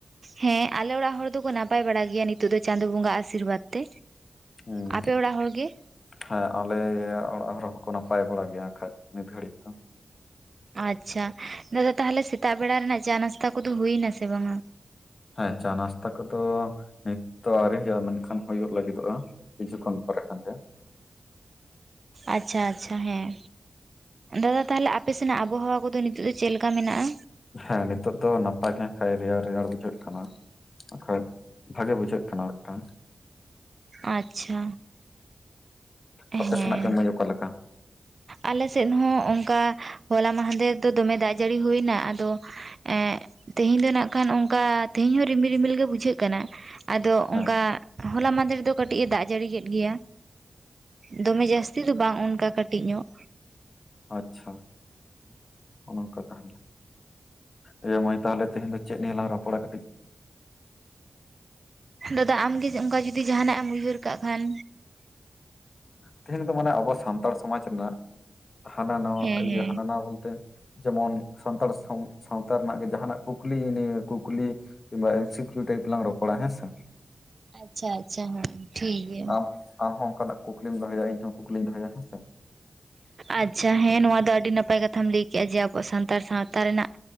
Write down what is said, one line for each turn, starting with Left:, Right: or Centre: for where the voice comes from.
Right: ᱦᱮᱸ ᱟᱞᱮ ᱚᱲᱟᱜ ᱦᱚᱲ ᱫᱚᱠᱚ ᱱᱟᱯᱟᱭ ᱵᱟᱲᱟ ᱜᱮᱭᱟ ᱱᱤᱛᱚᱜ ᱫᱚ ᱪᱟᱸᱫ ᱵᱚᱸᱜᱟ ᱟᱥᱤᱨᱵᱟᱫᱽ ᱛᱮ᱾
Left: ᱦᱩᱸ
Right: ᱟᱯᱮ ᱚᱲᱟᱜ ᱦᱚᱲᱲ ᱜᱮ?
Left: ᱦᱮᱸ ᱟᱞᱮᱭᱟᱜ ᱚᱲᱟᱜ ᱦᱚᱲ ᱦᱚᱸᱠᱚ ᱱᱟᱯᱟᱭ ᱵᱟᱲᱟ ᱜᱮᱭᱟ ᱦᱟᱸᱜᱠᱷᱟᱡ ᱱᱤᱛ ᱜᱷᱟᱹᱲᱤᱡ ᱫᱚ᱾
Right: ᱟᱪᱪᱷᱟ ᱫᱟᱫᱟ ᱛᱟᱦᱞᱮ ᱥᱮᱛᱟᱜ ᱵᱮᱲᱟ ᱨᱮᱱᱟᱜ ᱪᱟ ᱱᱟᱥᱛᱟ ᱠᱚᱫᱚ ᱦᱩᱭᱱᱟ ᱥᱮ ᱵᱟᱝᱟ?
Left: ᱦᱮᱸ ᱪᱟ ᱱᱟᱥᱛᱟ ᱠᱚᱫᱚ ᱱᱤᱛ ᱫᱚ ᱟᱹᱣᱨᱤ ᱦᱩᱭᱩᱜᱼᱟ, ᱢᱮᱱᱠᱷᱟᱱ ᱦᱩᱭᱩᱜ ᱞᱟᱹᱜᱤᱫᱚᱜᱼᱟ ᱠᱤᱪᱷᱩ ᱠᱷᱚᱱ ᱯᱟᱨᱟᱠᱷᱟᱱ ᱜᱮ᱾
Right: ᱟᱪᱪᱷᱟ ᱟᱪᱪᱷᱟ ᱦᱮᱸ᱾ ᱫᱟᱫᱟ ᱛᱟᱦᱞᱮ ᱟᱯᱮ ᱥᱮᱱᱟᱜ ᱟᱵᱚᱦᱟᱣᱟ ᱠᱚᱫᱚ ᱱᱤᱛᱚᱜ ᱫᱚ ᱪᱮᱫ ᱞᱮᱠᱟ ᱢᱮᱱᱟᱜᱼᱟ?
Left: ᱦᱮᱸ ᱱᱤᱛᱚᱜ ᱫᱚ ᱱᱟᱯᱟᱭ ᱜᱮ ᱠᱷᱟᱡ ᱨᱮᱭᱟᱲ ᱨᱮᱭᱟᱲ ᱵᱩᱡᱷᱟᱹᱜ ᱠᱟᱱᱟ᱾ ᱦᱳᱭ ᱵᱷᱟᱜᱮ ᱵᱩᱡᱷᱟᱹᱜ ᱠᱟᱱᱟ ᱢᱤᱫᱴᱟᱝ᱾
Right: ᱟᱪᱪᱷᱟ᱾
Left: ᱟᱯᱮ
Right: ᱦᱮᱸ
Left: ᱥᱮᱱᱟᱜ ᱜᱮ ᱢᱟᱭ. ᱚᱠᱟ ᱞᱮᱠᱟ?
Right: ᱟᱞᱮ ᱥᱮᱫ ᱦᱚᱸ ᱚᱝᱠᱟ ᱦᱚᱞᱟ ᱢᱟᱦᱫᱮ ᱫᱚ ᱫᱚᱢᱮ ᱫᱟᱜ ᱡᱟᱹᱲᱤ ᱦᱩᱭᱱᱟ ᱟᱫᱚ ᱮᱸᱜ, ᱛᱤᱦᱤᱧ ᱫᱚ ᱱᱟᱜ ᱠᱷᱟᱱ ᱚᱝᱠᱟ ᱛᱤᱦᱤᱧ ᱦᱚᱸ ᱨᱤᱢᱤᱞ ᱨᱤᱢᱤᱞ ᱜᱮ ᱵᱩᱡᱷᱟᱹᱜ ᱠᱟᱱᱟ᱾ ᱟᱫᱚ
Left: ᱦᱮᱸ
Right: ᱚᱝᱠᱟ ᱦᱚᱞᱟ ᱢᱟᱸᱫᱷᱮᱨ ᱫᱚ ᱠᱟᱹᱴᱤᱡ-ᱮ ᱫᱟᱜ ᱡᱟᱹᱲᱤ ᱠᱮᱫ ᱜᱮᱭᱟ, ᱫᱚᱢᱮ ᱡᱟᱹᱥᱛᱤ ᱫᱚ ᱵᱟᱝ ᱚᱱᱠᱟ ᱠᱟᱹᱴᱤᱡ ᱧᱚᱜ᱾
Left: ᱟᱪᱪᱷᱟ ᱚᱱᱠᱟ ᱛᱟᱦᱞᱮ᱾ ᱤᱭᱟᱹ ᱢᱟᱹᱭ ᱛᱟᱦᱞᱮ ᱛᱮᱦᱮᱧ ᱫᱚ ᱪᱮᱫ ᱱᱤᱭᱟᱞᱟᱝ ᱨᱯᱚᱲᱟ ᱠᱟᱹᱴᱤᱡ?
Right: ᱫᱟᱫᱟ ᱟᱢᱜᱮ ᱚᱝᱠᱟ ᱡᱩᱫᱤ ᱡᱟᱦᱟᱱᱟᱜ-ᱮᱢ ᱩᱭᱦᱟᱹᱨ ᱠᱟᱜ ᱠᱷᱟᱱ᱾
Left: ᱛᱮᱦᱮᱧ ᱫᱚ ᱢᱟᱱᱮ ᱟᱵᱚ ᱥᱟᱱᱛᱟᱲ ᱥᱚᱢᱟᱡᱽ ᱨᱮᱱᱟᱜ ᱦᱟᱱᱟ ᱱᱚᱣᱟ
Right: ᱦᱮᱸ
Left: ᱤᱭᱟᱹ
Right: ᱦᱮᱸ
Left: ᱦᱟᱱᱟ ᱱᱚᱣᱟ ᱵᱚᱞᱛᱮ ᱡᱮᱢᱚᱱ ᱥᱟᱱᱛᱟᱲ ᱥᱟᱶ ᱥᱟᱶᱛᱟ ᱨᱮᱱᱟᱜ ᱜᱮ ᱡᱟᱦᱟᱱᱟᱜ ᱠᱩᱠᱞᱤ ᱱᱤᱭᱮ ᱠᱩᱠᱞᱤ ᱠᱤᱢᱵᱟ ᱮᱢ ᱥᱤ ᱠᱤᱭᱩ ᱴᱟᱭᱤᱯ ᱞᱟᱝ. ᱨᱚᱯᱚᱲᱟ ᱦᱮᱸ ᱥᱮ᱾
Right: ᱟᱪᱪᱷᱟ ᱟᱪᱪᱷᱟ ᱦᱮᱸ ᱴᱷᱤᱠ ᱜᱮᱭᱟ᱾
Left: ᱟᱢ ᱟᱢ ᱦᱚᱸ ᱚᱱᱝᱠᱟᱱᱟᱜ ᱠᱩᱠᱞᱤᱢ ᱫᱚᱦᱚᱭᱟ ᱤᱧ ᱦᱚᱸ ᱠᱩᱠᱞᱤᱧ ᱫᱚᱭᱟ ᱦᱮᱸ ᱥᱮ᱾
Right: ᱟᱪᱪᱷᱟ ᱦᱮᱸ ᱱᱚᱣᱟ ᱫᱚ ᱟᱹᱰᱤ ᱱᱟᱯᱟᱭ ᱠᱟᱛᱷᱟᱢ ᱞᱟᱹᱭ ᱠᱮᱜᱼᱟ ᱡᱮ ᱟᱵᱚ ᱥᱟᱱᱛᱟᱲ ᱥᱟᱶᱛᱟ ᱨᱮᱱᱟᱜ